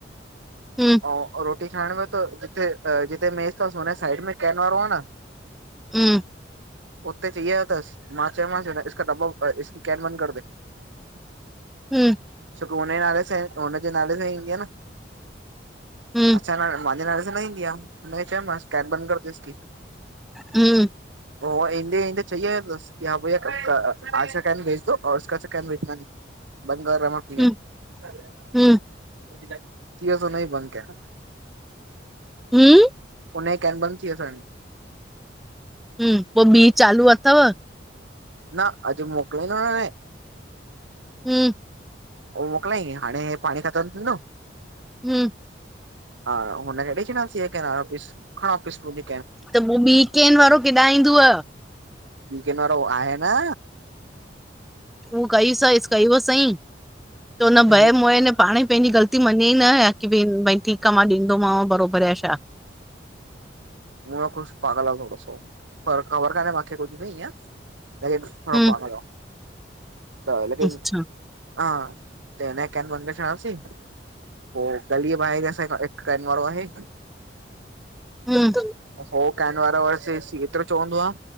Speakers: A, in the centre; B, on the right (about 85°).
A: हुं,
B: अऊं रोटी खाइण वयो, त जिथे- जिथे मेस तस, हुन साइड में केन वारो आ न,
A: हुं,
B: उते चई आयो तस, मां चयो मांस हिन इसका डब्बा पे इस केन बन्द करदे, छोकी
A: हूं हूं
B: हुनजे नाले सां ए, हुनजे नाले सां ई ईंदी आ न।
A: हूं
B: अच्छा न मांजे नाले सां न ईंदिया, उनखे चयम मांस कैन बंद कर दे इसकी।
A: हुं,
B: पो ऊअ ईंदे-ईंदे चई आयो तस, कि हां भईया खटका आज से कैन भेज दो और उसका स च वच बंगार र मकली
A: हूं
B: <unintelligible>
A: हूं
B: थीयस उनई बंद केन,
A: हूं
B: उनई केन बंदि थीयस।
A: हूं, पो ॿी चालू अथव?
B: न अॼु मोकिलऊं ता न न-
A: हुं
B: हो मोकलई हाणे हे पाणी खत्म थींदो।
A: हम्म
B: हा हुन खे ॾई छॾांस ये केन वापिस खण वापिस मुॾे
A: त पो ॿी केन वारो किॾां ईंदव?
B: ॿी केन वारो आहे न,
A: उ कई सस कईव सईं त हुन
B: त
A: भए
B: हे
A: मोए न पाणे पंहिंजी ग़लती मञेई न या की भई- भई ठीकु आ मां ॾींदोमांव, बराबरि या छा?
B: उहं कुुछ पागल -वागल तस थोड़ो पर खबर कान्हे मांखे कुछ बि इयं। लॻेस थां
A: हूं
B: पागल आ त लेकिन
A: अच्छा
B: हा, त इनये केन बंद कयासीं। पोइ गलीअ ये बाहर असां हिक केन वारो आहे,
A: हूं
B: हो कैन वारो बस एसी एतिरो चवंदो आ,